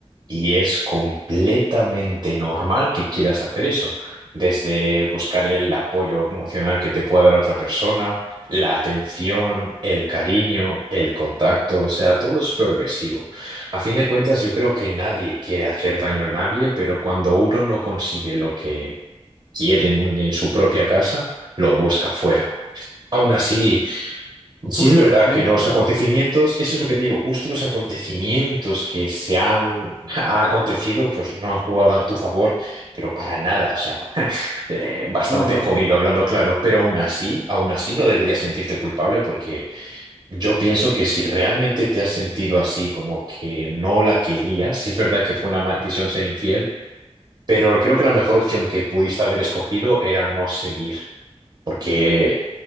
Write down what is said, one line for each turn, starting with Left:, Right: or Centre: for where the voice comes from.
Right: Y es completamente normal que quieras hacer eso, desde buscar el apoyo emocional que te pueda dar otra persona, la atención, el cariño, el contacto, o sea, todo es progresivo. A fin de cuentas, yo creo que nadie quiere hacer daño a nadie, pero cuando uno no consigue lo que quiere en, un- en su propia casa, lo busca fuera. Aún así,
Left: Justo,
Right: Sí, es verdad
Left: me
Right: que
Left: ha encantado.
Right: los acontecimientos, eso es lo que te digo, justo los acontecimientos que se han, <laughs> han acontecido, pues no han jugado a tu favor, pero para nada, o sea, eh, bastante
Left: No, no,
Right: jodido
Left: fueron
Right: hablando claro, pero aún así, aún así no deberías sentirte culpable porque yo pienso que si realmente te has sentido así, como que no la querías, sí es verdad que fue una maldición ser infiel, pero creo que la mejor opción que pudiste haber escogido era no seguir porque